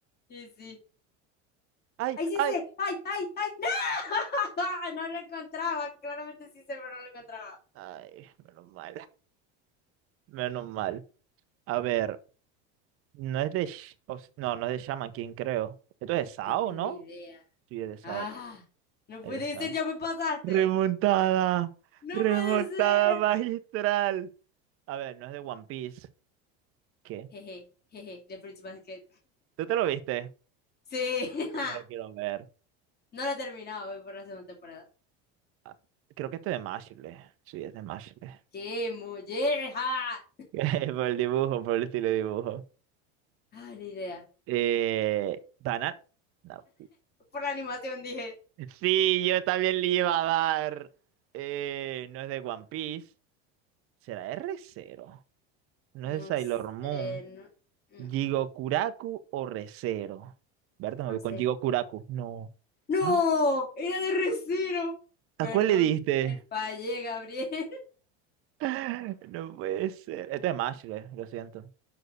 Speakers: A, on the left; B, on the right.
A: Y sí.
B: Ay,
A: ¡Ay, sí
B: ay,
A: sé! ¡Ay, ay, ay! ¡No! <laughs> No lo encontraba. Claramente sí sé, pero no lo encontraba.
B: ay, menos mal. Menos mal. A ver, no es de. Sh- o s- No, no es de Shaman King, creo. Esto es de Sao,
A: No tengo
B: ¿no?
A: idea.
B: Sí, es de Sao.
A: ¡Ah! No
B: Es
A: puede
B: de Sao.
A: ser, ya me pasaste.
B: Remontada.
A: No
B: Remontada
A: puede ser.
B: magistral. A ver, no es de One Piece. ¿Qué?
A: Jeje, jeje, de Fruits Basket.
B: ¿Tú te lo viste?
A: Sí. <laughs>
B: Yo me lo quiero ver.
A: No lo he terminado, voy por la segunda temporada.
B: Ah, Creo que este de Mashle. Sí, es de Mashle.
A: ¡Qué molleja!
B: <laughs> Por el dibujo, por el estilo de dibujo.
A: Ah, ni idea.
B: Eh, ¿Banat? No.
A: Por la animación dije.
B: Sí, yo también le iba a dar. Eh, no es de One Piece. ¿Será de Re:Zero? No es de
A: No
B: Sailor
A: sé,
B: Moon.
A: no, mm,
B: ¿Jigokuraku o Re:Zero? Berta, me
A: no
B: voy
A: sé.
B: con Jigokuraku. No.
A: No,
B: ¿Ah?
A: era de Recero. Perdón,
B: ¿A cuál le diste?
A: te fallé, Gabriel. <laughs>
B: <laughs> No puede ser. Este es Mashle, lo siento.